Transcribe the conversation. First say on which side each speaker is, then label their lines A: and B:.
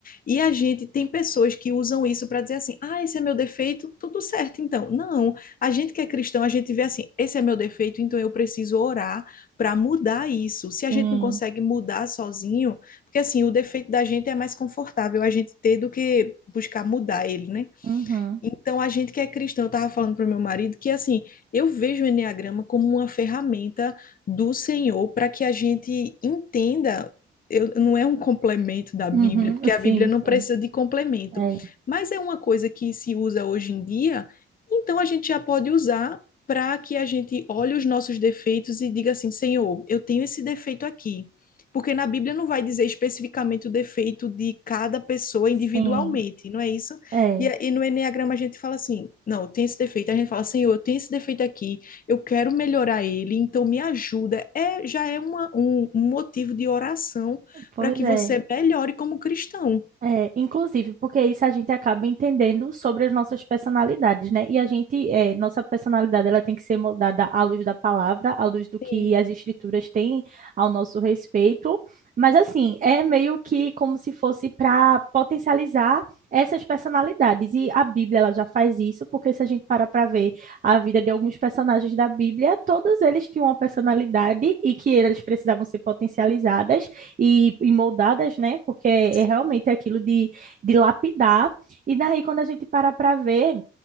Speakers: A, on the left (about 45°); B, on the right (about 40°).
A: E a gente tem pessoas que usam isso para dizer assim: "Ah, esse é meu defeito, tudo certo então". Não, a gente que é cristão, a gente vê assim: "Esse é meu defeito, então eu preciso orar para mudar isso".
B: sim.
A: Se a gente não consegue mudar sozinho, porque assim, o defeito da gente é mais confortável a gente ter do que buscar mudar ele, né?
B: Uhum,
A: Então, a gente que é cristão, eu estava falando para o meu marido que, assim, eu vejo o Enneagrama como uma ferramenta do Senhor para que a gente entenda. Eu, não é um complemento da Bíblia,
B: uhum,
A: porque
B: sim,
A: a Bíblia não
B: sim.
A: precisa de complemento,
B: É,
A: mas é uma coisa que se usa hoje em dia, então a gente já pode usar para que a gente olhe os nossos defeitos e diga assim: Senhor, eu tenho esse defeito aqui. Porque na Bíblia não vai dizer especificamente o defeito de cada pessoa
B: sim,
A: individualmente, não é isso?
B: é.
A: E, a- e no Enneagrama a gente fala assim, não, eu tenho esse defeito. A gente fala, Senhor, eu tenho esse defeito aqui, eu quero melhorar ele, então me ajuda. É, já é uma, um, um motivo de oração
B: Pois
A: para que
B: é.
A: você melhore como cristão.
B: É, inclusive, porque isso a gente acaba entendendo sobre as nossas personalidades, né? E a gente, é, nossa personalidade, ela tem que ser moldada à luz da palavra, à luz do
A: Sim,
B: que as escrituras têm ao nosso respeito. Mas, assim, é meio que como se fosse para potencializar essas personalidades. E a Bíblia, ela já faz isso, porque se a gente parar para ver a vida de alguns personagens da Bíblia, todos eles tinham uma personalidade e que eles precisavam ser potencializadas e, e moldadas, né? Porque é
A: sim.
B: realmente aquilo de, de lapidar. E daí, quando a gente para para ver.